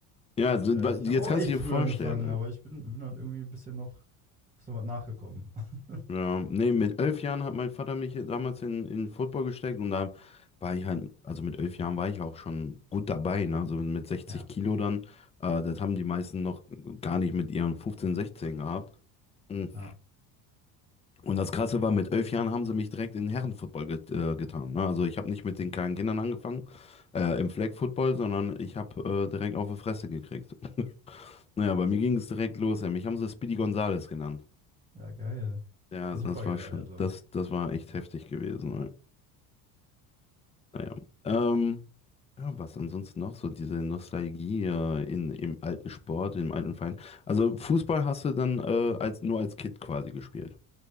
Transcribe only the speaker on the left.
Ja, also,
jetzt
kannst
du dir
vorstellen.
äh,
Ja, nee, mit elf Jahren hat mein Vater mich damals in, in Football gesteckt und da war ich halt, also mit elf Jahren war ich auch schon gut dabei, ne? So mit 60
Kilo dann. Äh, das haben die meisten noch gar nicht mit ihren 15, 16 gehabt. Mhm.
Und das Krasse war, mit elf Jahren haben sie mich direkt in Herrenfootball get, äh, getan. Ne? Also ich habe nicht mit den kleinen Kindern angefangen, äh, im Flag Football, sondern ich habe äh, direkt auf die Fresse gekriegt. <laughs> Naja, bei mir ging es direkt los. ey. Mich haben sie Speedy Gonzales genannt.
Ja,
das war
schon,
das, das war echt heftig gewesen. weil- Naja. Ähm, ja, was ansonsten noch so, diese Nostalgie äh, in, im alten Sport, im alten Verein. Also Fußball hast du dann äh, als, nur als Kind quasi gespielt.